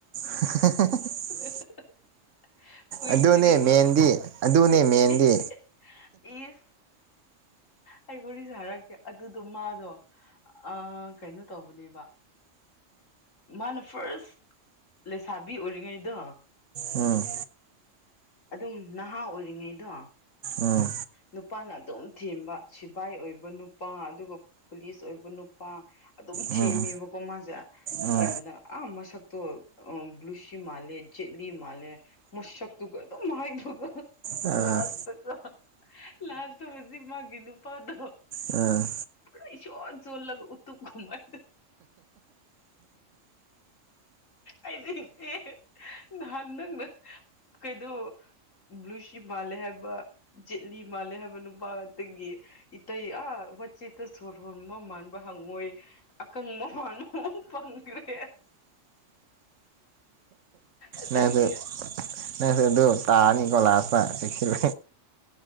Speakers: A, on the right; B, on the left.
A: <unintelligible>
B: <unintelligible> ꯀꯨꯏꯗ꯭ꯔꯤꯕ
A: ꯑꯗꯨꯅꯦ ꯃꯦꯟꯗꯤ ꯑꯗꯨꯅꯦ
B: ꯅꯠꯇꯦ
A: ꯃꯦꯟꯗꯤ
B: ꯏꯁ ꯑꯩ ꯋꯥꯔꯤꯁꯦ ꯍꯥꯏꯔꯛꯀꯦ ꯑꯗꯨꯗꯣ ꯃꯥꯗꯣ ꯑꯥ ꯀꯩꯅꯣ ꯇꯧꯕꯅꯦꯕ ꯃꯥꯅ ꯐꯥꯔꯁ ꯂꯩꯁꯥꯕꯤ ꯑꯣꯏꯔꯤꯉꯩꯗꯣ
A: ꯎꯝ
B: ꯑꯗꯨꯝ ꯅꯍꯥ ꯑꯣꯏꯔꯤꯉꯩꯗꯣ
A: ꯎꯝ
B: ꯅꯨꯄꯥꯅ ꯑꯗꯨꯝ ꯊꯦꯝꯕ ꯁꯤꯕꯥꯥꯏ ꯑꯣꯏꯕ ꯅꯨꯄꯥ ꯑꯗꯨꯒ ꯄꯨꯂꯤꯁ ꯑꯣꯏꯕ ꯅꯨꯄꯥ ꯑꯗꯨꯝ ꯊꯦꯝꯃꯦꯕꯀꯣ
A: ꯎꯝ
B: ꯃꯥꯁꯦ
A: ꯎꯝ
B: ꯊꯦꯝꯕꯗ ꯑꯥ ꯃꯁꯛꯇꯣ ꯕ꯭ꯂꯨꯁꯤ ꯃꯥꯜꯂꯦ ꯖꯦꯠꯂꯤ ꯃꯥꯜꯂꯦ ꯃꯁꯛꯇꯨꯒ ꯑꯗꯨꯝ ꯍꯥꯢꯕ
A: ꯑꯥ
B: ꯂꯥꯁꯇꯀꯣ ꯂꯥꯁꯇ ꯍꯧꯖꯤꯛ ꯃꯥꯒꯤ ꯅꯨꯄꯥꯗꯣ
A: ꯎꯝ
B: ꯄꯨꯔꯥ ꯏꯁꯣꯟ ꯆꯣꯜꯂꯒ ꯎꯇꯨꯞ ꯀꯨꯝꯃꯥꯏ ꯑꯩꯗꯤ ꯁꯤꯔꯦ ꯅꯍꯥꯟ ꯅꯪꯅ ꯀꯩꯅꯥ ꯕ꯭ꯂꯨꯁꯤ ꯃꯥꯜꯂꯦ ꯍꯥꯏꯕ ꯖꯦꯠꯂꯤ ꯃꯥꯜꯂꯦ ꯍꯥꯏꯕ ꯅꯨꯄꯥꯇꯒꯤ ꯏꯇꯩ ꯑꯥ ꯋꯥꯆꯦꯠꯇ ꯁꯣꯔ ꯍꯣꯟꯕ ꯃꯥꯟꯕ ꯍꯪꯉꯣꯏ ꯑꯀꯪꯕ ꯃꯥꯟꯕ ꯑꯃ ꯐꯪꯈ꯭ꯔꯦ ꯑꯗꯒꯤ
A: ꯅꯪꯁꯨ ꯅꯪꯁꯨ ꯑꯗꯨ ꯇꯥꯅꯤꯀꯣ ꯂꯥꯥꯁꯇ ꯆꯦꯛꯁꯤꯜꯂꯨ